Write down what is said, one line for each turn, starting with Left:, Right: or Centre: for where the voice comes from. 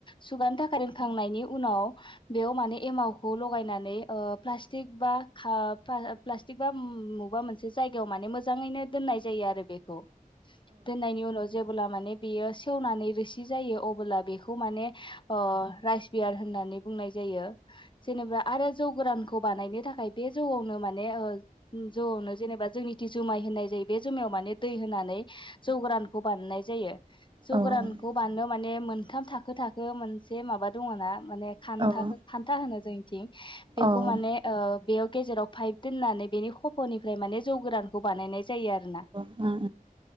Left: सुगानो थाखाय <inaudible> खां नायनि उनाव बेयाव माने एमावखौ लगायनानै ओ-प्लास्टिक बा-खा पा-प्लास्टिक बा म-मबा मोनसे जायगायाव माने मोजाङैनो दोननाय जायो आरो बे द दोननायनि उनाव जोब अब्ला माने बेयो सेवनानै रोसि जायो अबोला बेखौ खौ माने ओ राइस बियार होननानै बुंनाय जायो। जेनेबा आरो जौ गोरानखौ खौ बानायनो थाखाय बे जौआवनो माने ओ जनो जेनेबा जोंनि जि जुमाय होननाय जायो बे जुमायाव माने दै होनानै जौगोरान खौ बानायनाय जायो। जौ
Right: ओं
Left: गोरानखौ बानायनो माने मोन मोनथाम थाखो थाखो मोनसे माबा दङ ना माने खान्था
Right: औ उम
Left: खान्था होनो जोंनिथिं बेखौ
Right: औ ओं ओ औ
Left: माने
Right: औ
Left: बेयाव गेजेराव पाइप दोननानै बेनि खफ'निफ्राय माने जौ गोरानखौ बानायनाय जायो आरोना।
Right: ओ ओ